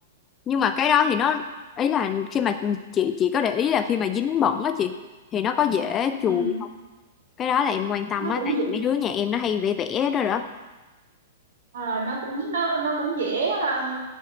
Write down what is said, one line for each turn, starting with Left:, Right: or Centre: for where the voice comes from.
Left: nhưng mà cái đó thì nó ý là khi mà chị chị có để ý là khi mà dính bẩn á chị thì nó có dễ chùi
Right: ừ.
Left: không cái đó là em quan tâm
Right: nó
Left: á
Right: cũng
Left: tại
Right: dễ
Left: vì mấy đứa nhà em nó hay vẽ vẽ đó
Right: Ờ, nó cũng nó nó cũng dễ um,